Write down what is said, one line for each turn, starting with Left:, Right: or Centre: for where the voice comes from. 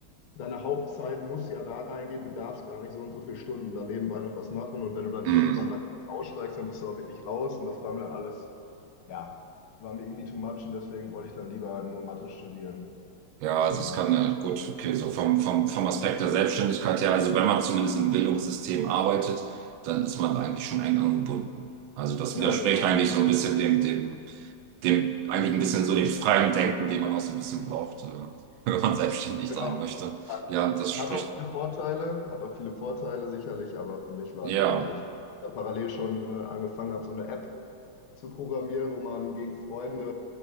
Left: deine Hauptzeit muss ja da reingehen, du darfst gar nicht so und so viele Stunden da nebenbei noch was machen. Und wenn du dann
Right: Mhm.
Left: irgendwann da komplett aussteigst, dann bist du auch wirklich raus. Und das war mir dann alles, ja, war mir irgendwie too much. Und deswegen wollte ich dann lieber nur Mathe studieren.
Right: Ja, also
Left: Und
Right: es
Left: in
Right: kann,
Left: die,
Right: äh, gut, okay, so vom, vom, vom Aspekt der Selbstständigkeit her, also wenn man zumindest im Bildungssystem arbeitet, dann ist man eigentlich schon eng angebunden. Also das
Left: ja,
Right: widerspricht
Left: genau.
Right: eigentlich so ein bisschen dem, dem, dem eigentlich ein bisschen so dem freien Denken, den man auch so ein bisschen braucht, äh, <laughs> wenn man selbstständig
Left: Genau.
Right: sein möchte.
Left: Hat,
Right: Ja, das spricht,
Left: hat auch viele Vorteile, hat auch viele Vorteile sicherlich, aber für mich war
Right: ja,
Left: es irgendwie nicht. Ich habe parallel schon äh, angefangen, habe so eine App zu programmieren, wo man gegen Freunde